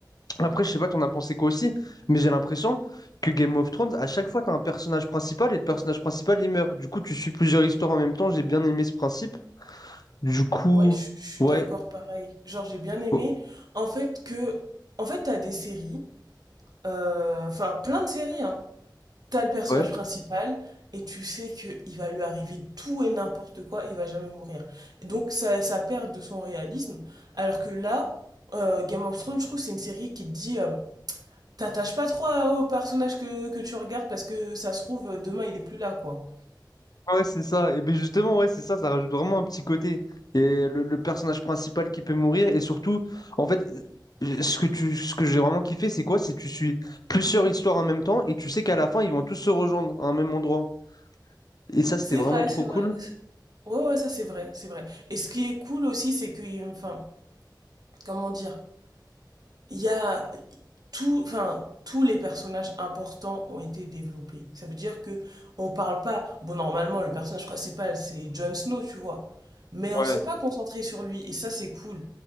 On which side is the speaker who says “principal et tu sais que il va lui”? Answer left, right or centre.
Right